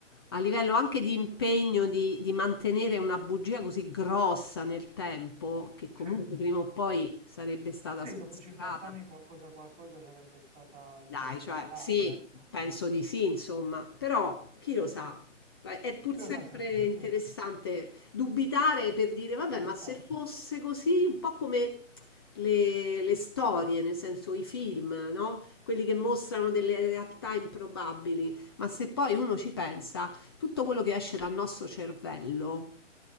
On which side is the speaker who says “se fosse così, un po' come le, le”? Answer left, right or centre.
Left